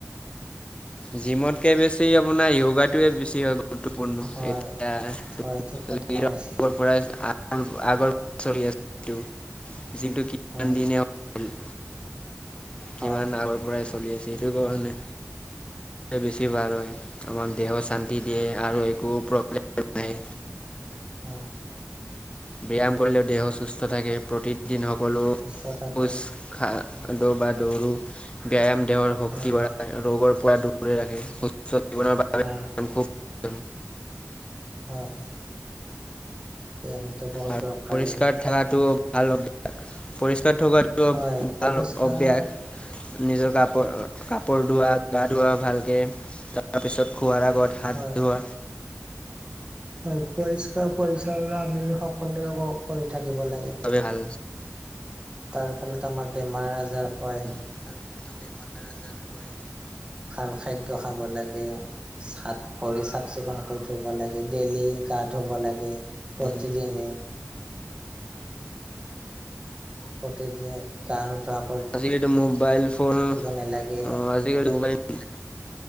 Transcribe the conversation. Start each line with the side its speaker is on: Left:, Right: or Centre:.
Left: জিমতকে বেছি আপোনাৰ য়গাটোৱে বেছি হয় গ' গুৰুত্বপূৰ্ণ
Right: হয়
Left: এতিয়া
Right: হয় ঠিক কথা
Left: <unintelligible>
Right: কৈছে
Left: পৰাই আগৰ চলি আছিলোঁ, যিটো কিমান
Right: হয়
Left: দিনে <unintelligible> কিমান
Right: হয়
Left: আগৰ পৰাই চলি আছে, সেইটো কাৰণে
Right: অ
Left: বেছি ভাল হয়, আমাৰ দেহৰ শান্তি দিয়ে আৰু একো প্ৰব্লেম নাই।
Right: উম।
Left: ব্যায়াম কৰিলেও দেহ সুস্থ থাকে, প্ৰতি দিন সকলো
Right: সুস্থ
Left: খোজ
Right: থাকে
Left: খা
Right: হয়
Left: বা দৌৰো ব্যায়াম দেহৰ শক্তি
Right: হয়
Left: বহাই, আৰু ৰোগৰ পৰা দূৰতে ৰাখে, সুস্থ জীৱনৰ ব্যায়াম
Right: উম।
Left: খুব প্ৰয়োজন
Right: হয় হয়, এনেটো বহুত
Left: আৰু
Right: দৰকাৰী,
Left: পৰিষ্কাৰ থকাটো
Right: তেনে
Left: ভাল পৰিষ্কাৰ থকাটো
Right: হয় পৰিষ্কাৰ
Left: ভাল অভ্যাস। নিজৰ কাপ কাপোৰ ধোৱা, গা ধোৱা ভালকৈ, তাৰপিছত খোৱাৰ আগত হাত
Right: হয়
Left: ধোৱা।
Right: হয়, পৰিষ্কাৰ পৰিছন্নতা আমি সকলোৱে কৰি থাকিব লাগে।
Left: চবেই ভাল।
Right: তাৰ ফলত আমাৰ বেমাৰ আজাৰ হয়।
Left: <unintelligible> বাৰ হাজাৰ হয়।
Right: ভাল খাদ্য খাব লাগে। হাত ভৰি চাফ চিকুণ কৰি থব লাগে, ডেইলী গা ধুব লাগে। প্ৰতিদিনে
Left: হম
Right: প্ৰতিদিনে গা নুধুৱা
Left: আজিকালিটো মোবাইল ফোন,
Right: নালাগে
Left: আহ', আজিকালি মোবাইল <unintelligible>